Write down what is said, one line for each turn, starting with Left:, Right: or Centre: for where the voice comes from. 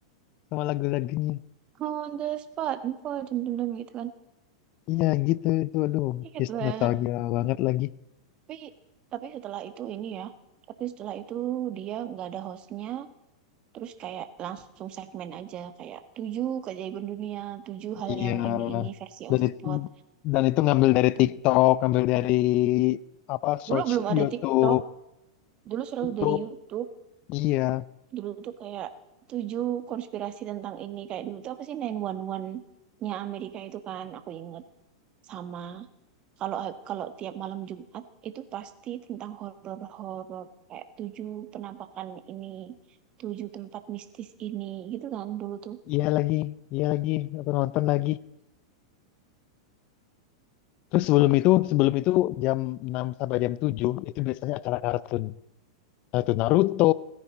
Left: sama lagu-lagunya
Right: on the spot info jam-jam gitu kan
Left: iya gitu itu aduh
Right: Ingat
Left: just
Right: banget
Left: nostalgia banget lagi
Right: tapi tapi setelah itu ini ya tapi setelah itu dia nggak ada hostnya terus kayak langsung segmen aja kayak tujuh keajaiban dunia tujuh hal
Left: iya
Right: yang ini ini versi on
Left: dan
Right: the
Left: itu,
Right: spot
Left: dan itu ngambil dari
Right: Gitu.
Left: TikTok ngambil dari apa search
Right: dulu belum
Left: YouTube
Right: ada TikTok dulu selalu
Left: YouTube
Right: dari YouTube
Left: iya
Right: dulu tuh kayak tujuh konspirasi tentang ini kayak dulu tuh apa sih 911 nya Amerika itu kan aku inget sama kalau kalau tiap malam Jumat itu pasti tentang horor-horor kayak tujuh penampakan ini tujuh tempat mistis ini gitu kan dulu tuh
Left: iya lagi iya lagi aku nonton lagi terus sebelum itu sebelum itu jam enam sampai jam 7 itu biasanya acara kartun atau Naruto